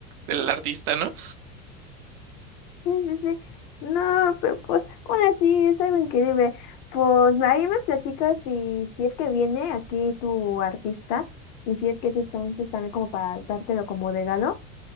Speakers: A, on the right; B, on the left.
A: del artista, ¿no?
B: Sí, sí, sí. No, pero pues aún así es algo increíble. Pues ahí me platicas si, si es que viene aquí tu artista y si es que sí, entonces también como para dártelo como regalo.